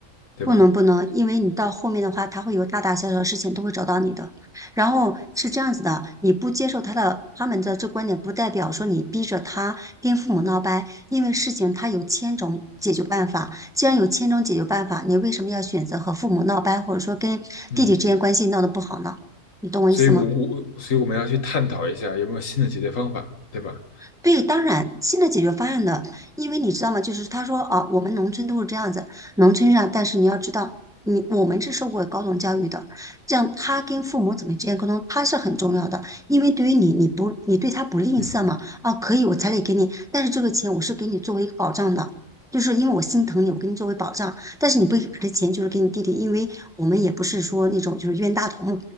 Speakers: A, on the left; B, in the centre.
A: 对吧？
B: 不能不能，因为你到后面的话，他会有大大小小的事情都会找到你的。然后是这样子的，你不接受他的他们的这观点，不代表说你逼着他跟父母闹掰，因为事情他有千种解决办法。既然有千种解决办法，你为什么要选择和父母闹掰，或者说跟弟弟之间关系闹得不好呢？
A: 嗯，
B: 你懂我意思吗？
A: 所以我我所以我们要去探讨一下有没有新的解决方法，对吧？
B: 对，当然，新的解决方案的，因为你知道吗？就是他说，啊，我们农村都是这样子，农村上，但是你要知道，你我们是受过高等教育的，这样他跟父母怎么之间沟通，他是很重要的，因为对于你，你不，你对他不吝啬嘛，
A: 嗯，
B: 啊，可以，我彩礼给你，但是这个钱我是给你作为一个保障的。就是因为我心疼你，我给你作为保障，但是你不给以把这钱就是给你弟弟，因为我们也不是说那种就是冤大头嘛，